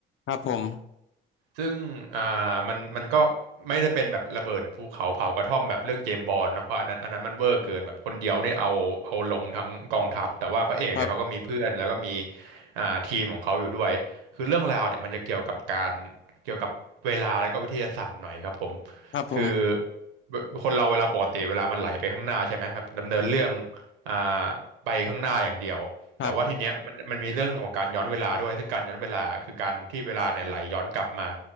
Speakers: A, on the left (about 45°); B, on the right (about 70°).
A: ครับผม
B: ซึ่งอ่ามันมันก็ไม่ได้เป็นแบบระเบิดภูเขาเผากระท่อมแบบเรื่องเจมส์บอนด์เนาะเพราะอันนั้นอันนั้นมันเวอร์เกินแบบคนเดียวนี่เอาเอาลงทั้งกองทัพแต่ว่าพระเอกเนี่ยเขาก็มีเพื่อนแล้วก็มี
A: ครับ
B: อ่าทีมของเขาอยู่ด้วยคือเรื่องราวเนี่ยมันจะเกี่ยวกับการเกี่ยวกับเวลาแล้วก็วิทยาศาสตร์หน่อยครับผม
A: ครับผม
B: คือเวคนเราเวลาปกติเวลามันไหลไปข้างหน้าใช่ไหมแบบดำเนินเรื่องอ่าไปข้างหน้าอย่างเดียว
A: ครับ
B: แต่ว่าทีเนี้ยมันมันมีเรื่องของการย้อนเวลาด้วยซึ่งการย้อนเวลาคือการที่เวลาเนี่ยไหลย้อนกลับมา